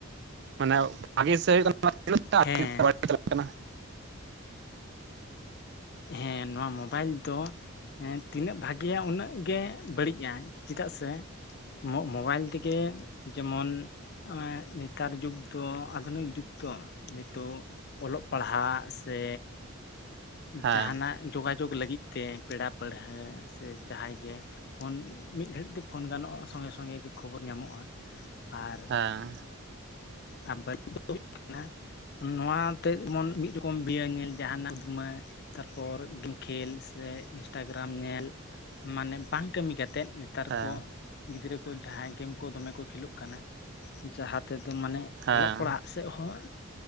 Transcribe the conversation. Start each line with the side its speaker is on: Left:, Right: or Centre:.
Right: ᱢᱟᱱᱮ ᱵᱷᱟᱜᱤ ᱥᱮᱫ ᱦᱩᱭᱩᱜ ᱠᱟᱱᱟ ᱛᱤᱱᱟᱹᱜ ᱴᱟ
Left: ᱦᱮᱸ
Right: <unintelligible>
Left: ᱦᱮᱸ ᱱᱚᱣᱟ ᱢᱳᱵᱟᱭᱤᱞ ᱫᱚ ᱦᱮᱸ ᱛᱤᱱᱟᱹᱜ ᱵᱷᱟᱜᱤᱭᱟ ᱩᱱᱟᱹᱜ ᱜᱮ ᱵᱟᱹᱲᱤᱡᱼᱟ ᱪᱮᱫᱟᱜ ᱥᱮ ᱢᱳᱚᱵᱟᱭᱤᱞ ᱛᱮᱜᱮ ᱡᱮᱢᱚᱱ ᱱᱮᱛᱟᱨ ᱡᱩᱜᱽ ᱫᱚ ᱟᱫᱷᱩᱱᱤᱠ ᱡᱩᱜᱽ ᱫᱚ ᱱᱤᱛᱚᱜ ᱚᱞᱚᱜ ᱯᱟᱲᱦᱟᱜ ᱥᱮ
Right: ᱦᱮᱸ
Left: ᱡᱟᱦᱟᱱᱟᱜ ᱡᱳᱜᱟᱡᱳᱜᱽ ᱞᱟᱹᱜᱤᱫ ᱛᱮ ᱯᱮᱲᱟ ᱯᱟᱹᱲᱦᱟᱹ ᱥᱮ ᱡᱟᱦᱟᱸᱭ ᱜᱮ ᱯᱷᱳᱱ ᱢᱤᱫ ᱜᱷᱟᱹᱲᱤᱡ ᱛᱮ ᱯᱷᱳᱱ ᱜᱟᱱᱚᱜᱼᱟ ᱥᱚᱸᱜᱮ ᱥᱚᱸᱜᱮ ᱜᱮ ᱠᱷᱚᱵᱚᱨ ᱧᱟᱢᱚᱜᱼᱟ᱾ ᱟᱨ
Right: ᱦᱮᱸ
Left: ᱟᱨ ᱵᱟᱹᱲᱤᱡ ᱦᱩᱭᱩᱜ ᱠᱟᱱᱟ ᱱᱚᱣᱟᱛᱮ ᱡᱮᱢᱚᱱ ᱢᱤᱫ ᱨᱚᱠᱚᱢ <unintelligible> ᱧᱮᱞ ᱡᱟᱦᱟᱱᱟᱜ ᱩᱫᱷᱢᱟᱹ ᱛᱟᱨᱯᱚᱨ ᱜᱮᱢ ᱠᱷᱮᱞ ᱥᱮ ᱤᱱᱥᱴᱟᱜᱨᱟᱢ ᱧᱮᱞ ᱢᱟᱱᱮ ᱵᱟᱝ ᱠᱟᱹᱢᱤ ᱠᱟ ᱠᱟᱛᱮᱫ ᱱᱮᱛᱟᱨ
Right: ᱦᱮᱸ
Left: ᱠᱚ ᱜᱤᱫᱽᱨᱟᱹ ᱠᱚ ᱡᱟᱦᱟᱸᱭ ᱜᱮᱢ ᱠᱚ ᱫᱚᱢᱮ ᱠᱚ ᱠᱷᱮᱞᱳᱜ ᱠᱟᱱᱟ᱾ ᱡᱟᱦᱟᱸ ᱛᱮᱫᱚ ᱛᱚ ᱢᱟᱱᱮ
Right: ᱦᱮᱸ
Left: ᱚᱞᱚᱜ ᱯᱟᱲᱦᱟᱜ ᱥᱮᱫ ᱦᱚᱸ